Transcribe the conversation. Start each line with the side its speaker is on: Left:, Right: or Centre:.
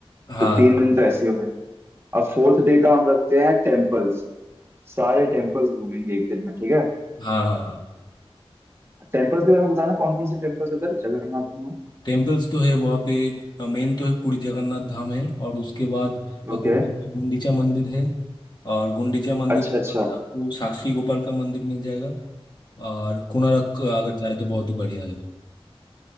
Left: हाँ
Right: तो तीन दिन तो ऐसे ही हो गए अब फोर्थ डे का हम रखते हैं टेम्पल्स सारे टेम्पल्स घूमेंगे एक दिन में ठीक है
Left: हाँ हाँ
Right: टेम्पल्स के बारे में बताना कौन कौन से टेम्पल्स है उधर जगन्नाथ में
Left: टेम्पल्स तो है वहाँ पे मेन तो है पुरी जगन्नाथ धाम है और उसके बाद अ,
Right: ओके
Left: गुंडी- गुंडीचा मंदिर है और गुंडीचा मंदिर
Right: अच्छा
Left: के
Right: अच्छा
Left: बाद आपको साक्षी गोपाल का मंदिर मिल जाएगा और कोणार्क अगर जाए तो बहुत ही बढ़िया है